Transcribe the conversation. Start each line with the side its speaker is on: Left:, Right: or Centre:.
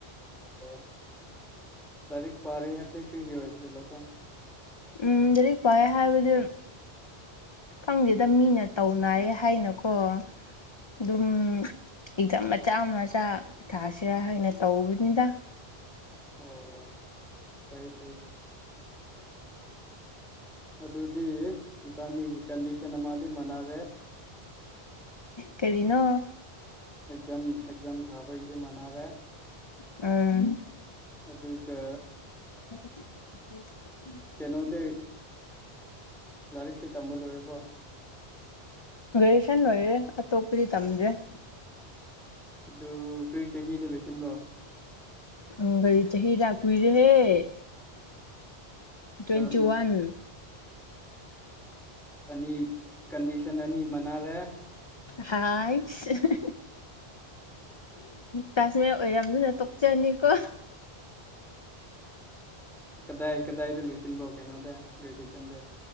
Centre: ꯑꯣ ꯂꯥꯏꯔꯤꯛ ꯄꯥꯔ ꯍꯥꯏꯕꯗꯤ ꯀꯔꯤꯒꯤꯩ ꯑꯣꯏꯕ ꯆꯠꯂꯣꯀꯣ
Left: ꯎꯝ ꯑꯗꯨꯗꯤ ꯄꯦ ꯍꯥꯏꯕꯨꯗꯤ ꯈꯪꯗꯦꯗ ꯃꯤꯅ ꯇꯧꯅꯌꯦ ꯍꯥꯏꯅꯀꯣ ꯑꯗꯨꯝ ꯏꯖ ꯃꯆꯥ ꯃꯆꯥ ꯊꯁꯤꯔꯥ ꯍꯅ ꯇꯧꯕꯅꯤꯗ
Centre: ꯑꯣ ꯑꯣ ꯐꯔꯌꯦ ꯐꯩꯌꯦ ꯑꯗꯨꯗ ꯗꯤ ꯏꯕꯥꯅꯤꯒꯤ ꯀꯟꯗꯤꯁꯟ ꯑꯃꯗꯤꯗꯤ ꯃꯅꯥꯔꯦ
Left: ꯀꯦꯔꯤꯅꯣ
Centre: ꯑꯦꯛꯖꯥꯝ ꯑꯦꯛꯖꯥꯝ ꯊꯥꯕꯒꯤꯗꯤ ꯃꯥꯟꯅꯔꯦ
Left: ꯎꯝ
Centre: ꯑꯗꯨꯒ
Left: ꯝ <unintelligible> <inaudible>
Centre: ꯀꯩꯅꯣꯗꯤ ꯂꯥꯏꯔꯤꯛꯇꯤ ꯇꯝꯕ ꯂꯣꯏꯔꯕꯣ
Left: ꯒ꯭ꯔꯦꯖꯨꯦꯁꯟ ꯂꯣꯏꯔꯦ ꯑꯇꯣꯞꯄꯗꯤ ꯇꯝꯗ꯭ꯔꯦ
Centre: ꯑꯗꯨ ꯀꯔꯤ ꯆꯍꯤꯗ ꯂꯣꯏꯁꯤꯟꯕ꯭ꯔꯣ
Left: ꯎ ꯒꯥꯔꯤ ꯆꯍꯤ ꯂꯥꯛ ꯀꯨꯏꯔꯦꯦ ꯇ꯭ꯋꯦꯟꯇꯤ
Centre: ꯀꯔꯝꯕ
Left: ꯋꯥꯟ
Centre: ꯑꯅꯤ ꯀꯟꯗꯤꯁꯟ ꯑꯅꯤ ꯃꯅꯥꯔꯦ
Left: ꯍꯥ <unintelligible> <inaudible> ꯀꯥꯁꯃꯤꯔ ꯑꯣꯏꯔꯕꯝꯅꯤꯅ ꯇꯣꯛꯆꯅꯤꯀꯣ
Centre: ꯀꯗꯥꯏ ꯀꯗꯥꯏꯗ ꯂꯣꯏꯁꯤꯟꯕ꯭ꯔꯣ ꯀꯩꯅꯣꯗ ꯒ꯭ꯔꯦꯖꯨꯦꯁꯟꯁꯦ